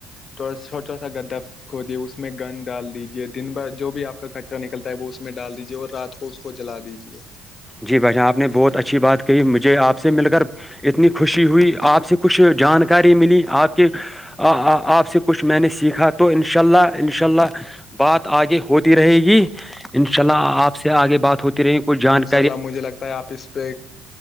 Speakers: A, on the left; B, in the centre.
A: تھوڑا ساوا چھوٹا سا گدا کھودے اس میں گن ڈال دیجیے دن بھر جو بھی آپ کا کچرا نکلتا ہے وہ اس میں ڈال دیجے اور رات کو اس کو جلا دیجیے
B: جی بھائی جان آپ نے بہت اچھی بات کہی مجھے آپ سے مل کر اتنی خوشی ہوئی آپ سے کچھ جانکاری ملی آپ کے آ آپ سے کچھ میں نے سیکھا تو انشاء اللہ انشاء اللہ بات آگے ہوتی رہے گی ان شاء اللہ آپ سے آگے بات ہوتی رہے گی کوئی جان کر
A: چلا مجھے لگتا ہے آپ اس پہ